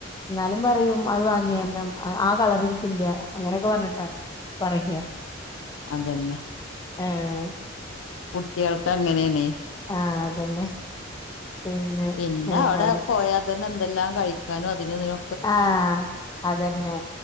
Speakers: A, on the left; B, on the left.
A: ഇന്നാലും പറയും അത് വാങ്ങെണം ആഹ് കളറെ എൻക്കില്ല അങ്ങനൊക്കെ പർഞ്ഞിട്ടാ പറയ്യ
B: അതന്നെ
A: ആഹ്
B: കുട്ടീൾക്ക് അങ്ങനേണെ
A: ആഹ് അതന്നെ പിന്നെ
B: പിന്നെ
A: എന്താണ്
B: അവിടെ പോയാ തന്നെ എന്തെല്ലാം കഴിക്കാനും അതിന് ഇതിനു
A: ആഹ് അതന്നെ